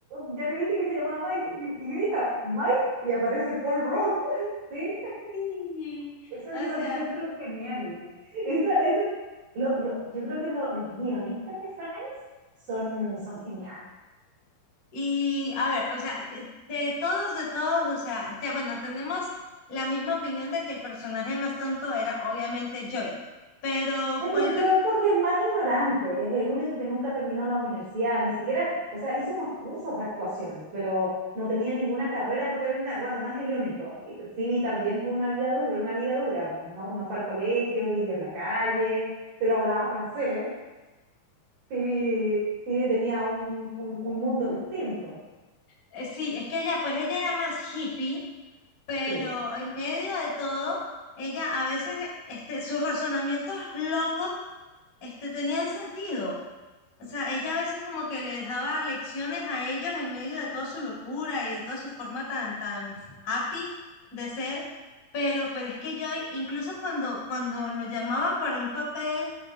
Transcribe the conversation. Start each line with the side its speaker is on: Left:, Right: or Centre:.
Right: mm, ya le dije que se llamaba Mike y, y grita, Mike, y aparece Paul Rudd, <laughs> ¿sí?
Left: sí,
Right: Eso
Left: o
Right: yo lo
Left: sea,
Right: encuentro genial. Esa, esa, lo- lo- yo creo que lo- los guionistas de Friends son, son geniales.
Left: y a ver, o sea, que de todos, de todos, o sea, ya bueno, tenemos la misma opinión de que el personaje más tonto era obviamente Joy. Pero,
Right: Entonces,
Left: ¿cuál te...
Right: pero es porque es más ignorante, es el único que nunca terminó la universidad, ni siquiera, o sea, hizo unos cursos de actuación, pero no tenía ninguna carrera propiamente, bueno, no es el único. Y Phoebe también tuvo una vida dura, una vida dura, no, no no fue al colegio, vivió en la calle, pero hablaba francés, Phoebe, Phoebe tenía un, un, un mundo distinto,
Left: Eh, Sí, es que ella, pues ella era más hippie, pero
Right: sí.
Left: en medio de todo, ella a veces, este, sus razonamientos locos, este, tenían sentido. O sea, ella a veces como que les daba lecciones a ellos en medio de toda su locura y de toda su forma tan, tan happy de ser. Pero, pero es que yo, incluso cuando, cuando lo llamaban para un papel,